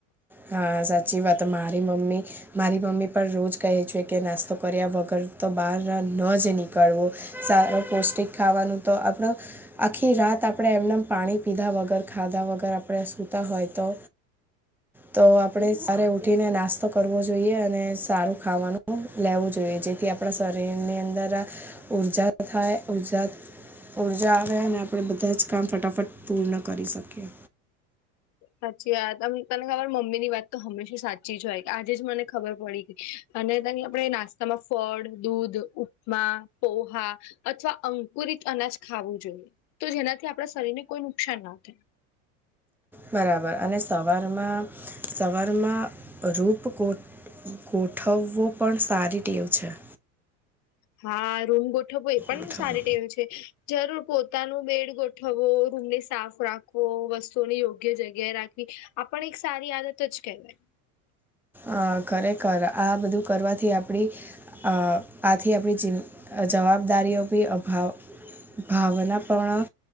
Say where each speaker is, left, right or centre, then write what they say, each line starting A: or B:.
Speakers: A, in the centre; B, on the left.
A: હા, સાચી વાત. મારી મમ્મી, મારી મમ્મી પણ રોજ કહે છે કે નાસ્તો કર્યા વગર તો બહાર ન જ નીકળવું, સારો પૌષ્ટિક ખાવાનું તો આપડો આખી રાત આપડે એમ નેમ પાણી પીધા વગર, ખાધા વગર આપડે સૂ તો હોય તો તો આપડે સારે ઉઠીને નાસ્તો કરવો જોઈએ અને સારું ખાવાનું લેવું જોઈએ, જેથી આપડા શરીરની અંદર ઉર્જા થાય ઉર્જા ઉર્જા આવે અને આપડે બધા જ કામ ફટાફટ પૂર્ણ કરી શકીએ.
B: સાચી વાત. તમ તમને ખબર મમ્મીની વાત તો હંમેશા સાચી જ હોય, આજે જ મને ખબર પડી ગઈ. અને તની આપડે નાસ્તામાં ફળ, દૂધ, ઉપમા, પોહા અથવા અંકુરિત અનાજ ખાવું જોઈએ, તો જેનાથી આપડા શરીરને કોઈ નુકસાન ના થાય.
A: બરાબર અને સવારમાં, સવારમાં રૂપ કો ગોઠવવુ પણ સારી ટેવ છે.
B: હા, રૂમ ગોઠવો એ પણ
A: ગોઠવવો
B: સારી ટેવ છે. જરૂર પોતાનું બેડ ગોઠવવો, રૂમને સાફ રાખવો, વસ્તુઓને યોગ્ય જગ્યાએ રાખવી. આ પણ એક સારી આદત જ કેવાય.
A: અ ખરેખર આ બધું કરવાથી આપડી અ આથી આપડી ચિન અ જવાબદારીઓ બી અભાવ ભાવના પણ